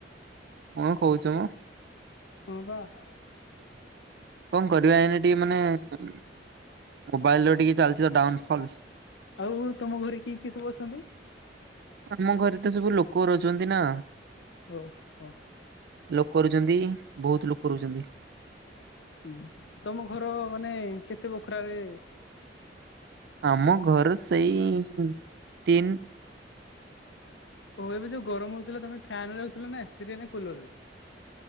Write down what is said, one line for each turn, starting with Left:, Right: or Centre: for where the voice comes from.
Right: କଣ କହୁଛ ମ
Left: ହଁ ପା <inaudible>
Right: କଣ କରିବା ଏନି ଟିକେ ମାନେ ମୋବାଇଲରେ ଟିକେ ଚାଲିଛି ତ ଡାଉନ ଫଲ୍
Left: ଆଉ ତମ ଘରେ କିଏ କିଏ ସବୁ ଅଛନ୍ତି
Right: ଆମ ଘରେ ତ ସବୁ ଲୋକ ରହୁଛନ୍ତି ନା
Left: ଓହୋ
Right: ଲୋକ ରୁଛନ୍ତି ବହୁତ ଲୋକ ରହୁଛନ୍ତି
Left: ହୁଁ ତମ ଘର ମାନେ କେତେ ବଖରାରେ।
Right: ଆମ ଘର ସେଇ ତିନ।
Left: ଓ ଏବେ ଯୋଉ ଗରମ ହଉଥିଲା ତମେ ଫ୍ୟାନ ରେ ରହୁଥିଲା ନା ଏସି ରେ ନା କୁଲର ରେ?